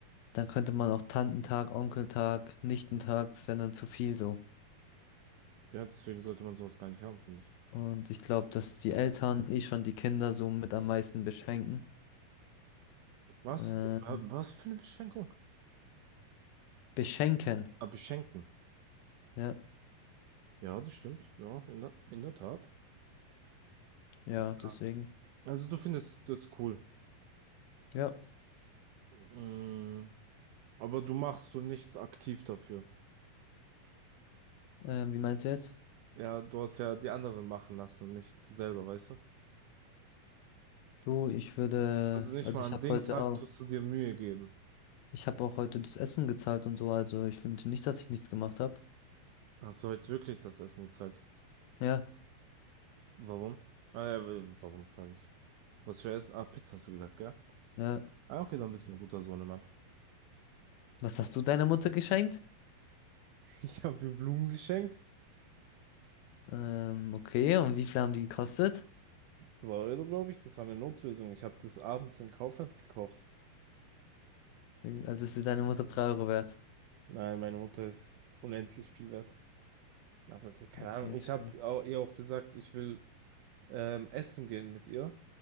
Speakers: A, on the left; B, on the right.
A: Dann könnte man auch Tantentag, Onkeltag, Nichtentag, das wäre dann zu viel so.
B: Ja, deswegen sollte man sowas gar nicht haben, finde ich.
A: Und ich glaube, dass die Eltern eh schon die Kinder so mit am meisten beschenken.
B: Was?
A: Ähm,
B: Äh, Was für eine Beschränkung?
A: beschenken.
B: Ah, beschenken.
A: Ja,
B: Ja, das stimmt. Ja, in der, in der Tat.
A: ja,
B: Ja.
A: deswegen.
B: Also du findest das cool.
A: Ja.
B: Mhm. Aber du machst so nichts aktiv dafür.
A: Ähm, wie meinst du jetzt?
B: Ja, du hast ja die anderen machen lassen und nicht du selber, weißt du?
A: Du, ich würde,
B: Also nicht
A: also
B: mal
A: ich
B: an
A: habe
B: den
A: heute
B: Tag
A: auch,
B: tust du dir Mühe geben.
A: ich habe auch heute das Essen gezahlt und so, also ich finde nicht, dass ich nichts gemacht habe.
B: Hast du heute wirklich das Essen bezahlt?
A: Ja.
B: Warum? Äh, warum frage ich? Was für Essen? Ah, Pizza hast du gesagt, gell?
A: Ja.
B: Ah, okay, dann bist du ein guter Sohnemann. <laughs>
A: Was hast du deiner Mutter geschenkt?
B: Ich habe mir Blumen geschenkt.
A: Ähm, okay, und wie viel haben die gekostet?
B: 2 Euro, glaube ich. Das war eine Notlösung. Ich habe das abends in Kaufland gekauft.
A: Also ist dir deine Mutter drei Euro wert.
B: Nein, meine Mutter ist unendlich viel wert. Aber die- keine
A: Ja,
B: Ahnung. Ich
A: ist
B: habe au- ihr auch gesagt, ich will ähm, essen gehen mit ihr.